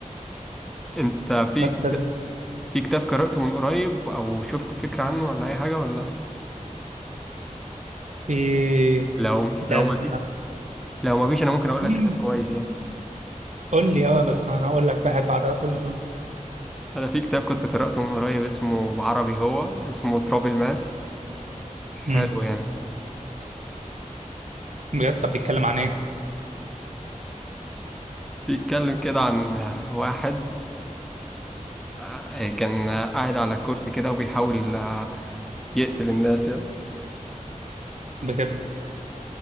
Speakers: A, in the centre; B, on the right.
A: انت في
B: بس ده بي-
A: في كتاب قرأته من قريب او شفت فكرة عنه ولا اي حاجة ولا
B: في
A: لو
B: كتاب
A: لو ما في لو ما فيش انا ممكن اقول
B: مم.
A: لك كتاب كويس يعني
B: قول لي أه بس أنا أقول لك واحد بعدها قول لي قول لي
A: انا في كتاب كنت قرأته من قريب اسمه بعربي هو اسمه تراب الماس حلو
B: مم.
A: يعني
B: بجد طب بيتكلم عن إيه؟
A: بيتكلم كده عن آه، واحد آه، كان آه، قاعد على كرسي كده وبيحاول آه، يقتل الناس يعني
B: بجد